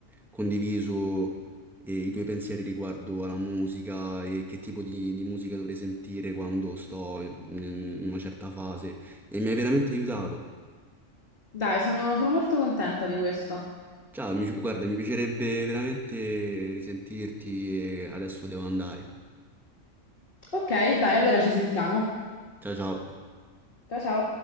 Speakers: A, in the centre; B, on the left (about 40°).
A: condiviso eh, i tuoi pensieri riguardo alla musica e che tipo di, di musica dovrei sentire quando sto in, in una certa fase e mi hai veramente aiutato.
B: Dai, sono sono molto contenta di questo.
A: Ciao, mi- guarda, mi piacerebbe veramente risentirti e adesso devo andare.
B: Ok, dai, allora ci sentiamo.
A: Ciao ciao.
B: Ciao ciao.